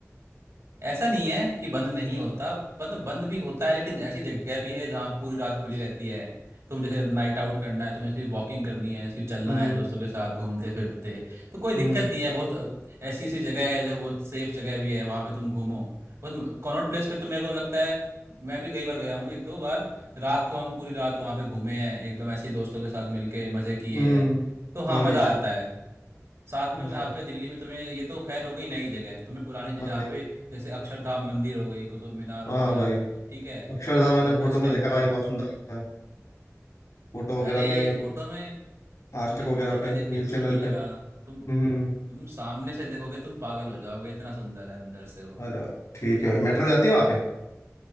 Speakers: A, on the right; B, on the left.
A: ऐसा नहीं है कि बंद नहीं होता मतलब बंद भी होता है लेकिन ऐसी जगह भी है जहाँ पूरी रात खुली रहती है तुम जैसे नाइट आउट करना है तुम्हें सिर्फ वॉकिंग करनी है सिर्फ चलना
B: हम्म
A: है दोस्तों के साथ घूमते फिरते तो कोई दिक्कत
B: हम्म
A: नहीं है बहुत ऐसी ऐसी जगह है जो बहुत सेफ जगह भी है वहाँ पे तुम घूमो बहुत कॉनॉट प्लेस पे तो मेरे को लगता है मैं भी कई बार गया हूँ एक दो बार रात को हम पूरी रात वहाँ पे घूमे हैं एकदम ऐसे ही दोस्तों के साथ मिलके मजे किए
B: हम्म
A: हैं तो हाँ
B: हाँ भाई
A: मजा आता है साथ में
B: ऐसा
A: यहाँ पे दिल्ली में तुम्हें ये तो खैर हो गई नई जगह तुम्हें पुराने जगह-
B: हाँ
A: जहाँ
B: भाई
A: पे जैसे अक्षरधाम मंदिर हो गई कुतुब मीनार
B: हाँ
A: हो गया
B: भाई
A: ल- ठीक है
B: अक्षरधाम मैंने
A: लोटस
B: फोटो में
A: टेम्पल
B: देखा भाई बहुत सुंदर लगता है फोटो
A: अरे
B: वगैरह में
A: फोटो में तुमने
B: आज तक वगैरह
A: फोटो में
B: पे
A: देख के
B: न्यूज
A: इतना
B: चैनल
A: सुंदर लगा
B: पे
A: तुम
B: हम्म
A: तुम सामने से देखोगे तुम पागल हो जाओगे इतना सुंदर है अंदर से वो
B: अरे भाई ठीक है भाई मेट्रो जाती है वहाँ पे